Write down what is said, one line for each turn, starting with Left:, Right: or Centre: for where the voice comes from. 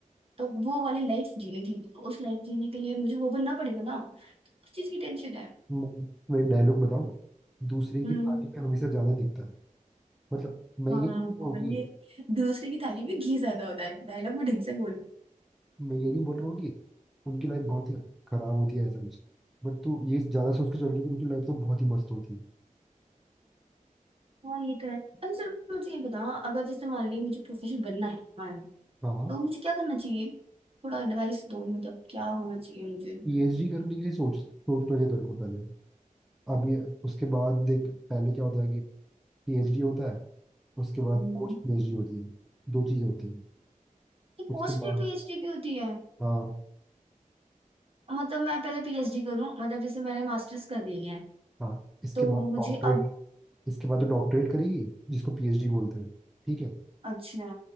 Right: तो वो वाली लाइफ जीनी थी तो उस लाइफ जीने के लिए मुझे वो बनना पड़ेगा ना तो उस चीज की टेंशन है
Centre: मैं मैं एक डायलॉग बताऊं दूसरे की
Right: हम्म
Centre: थाली में हमेशा ज्यादा दिखता है मतलब मैं
Right: हाँ
Centre: ये नहीं बोल रहा हूँ कि
Right: ये दूसरे की थाली में घी ज्यादा होता है डायलॉग में ढंग से बोल
Centre: मैं ये नहीं बोल रहा हूँ कि उनकी लाइफ बहुत ही खराब होती है ऐसा कुछ बट तू ये ज्यादा सोच के चल रही है कि उनकी लाइफ तो बहुत ही मस्त होती है
Right: हाँ ये तो है अच्छा सर मुझे ये बताओ अगर जैसे मान ली मुझे प्रोफेसर बनना है मान ली,
Centre: हाँ
Right: तो मुझे क्या करना चाहिए थोड़ा एडवाइस दो मतलब क्या होना चाहिए मुझे
Centre: पीएचडी करने के लिए सोच सोचना चाहिए तेरे को पहले अब ये उसके बाद देख पहले क्या होता है कि पीएचडी होता है उसके बाद
Right: हम्म
Centre: पोस्ट पीएचडी होती है दो चीजें होती है
Right: ये
Centre: उसके
Right: पोस्ट
Centre: बाद
Right: में पीएचडी की होती है
Centre: हाँ
Right: मतलब मैं पहले पीएचडी करूं मतलब जैसे मैंने मास्टर्स कर लिया है
Centre: हाँ इसके
Right: तो
Centre: बाद
Right: मुझे
Centre: डॉक्टरेट
Right: अब
Centre: इसके बाद तो डॉक्टरेट करेगी जिसको पीएचडी बोलते हैं ठीक है
Right: अच्छा